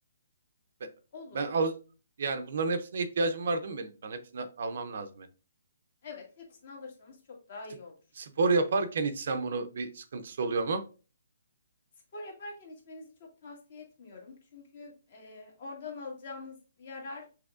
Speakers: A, on the right; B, on the left.
A: Be-
B: Olur.
A: Ben, al yani bunların hepsine ihtiyacım var değil mi benim? Ben hepsini almam lazım benim.
B: Evet, hepsini alırsanız çok daha iyi
A: Sp-
B: olur.
A: Spor yaparken içsem bunu bir sıkıntısı oluyor mu?
B: Spor yaparken içmenizi çok tavsiye etmiyorum. Çünkü, eee, oradan alacağınız yarar e,